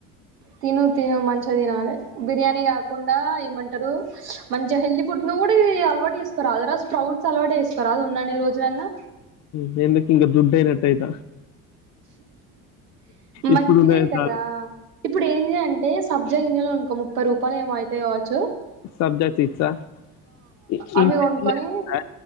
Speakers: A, on the right; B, on the left.
A: తిను తిను మంచిగా తినాలి బిర్యానీ కాకుండా ఏమంటారు మంచి హెల్దీ ఫుడ్ ను కూడా ఇది అలవాటు వేసుకోరా అదరా స్ప్రౌట్స్ అలవాటు వేసుకోరా అది ఉన్నాను రోజునన్నా
B: దేందకి ఇంకా దుడ్డ యిత ఇప్పుడున్నయే
A: మంచిగా అయితార
B: చాలు.
A: ఇప్పుడు ఏంటి అంటే సబ్జా ఇంయాలో అనుకో ముప్పై రూపాయలు ఏమవుతయోచ్చ
B: సబ్జా సీడ్సా? ఇ
A: అవి
B: ఇంట్లెట్లున్నయి
A: వనుకొని
B: తెలుసా?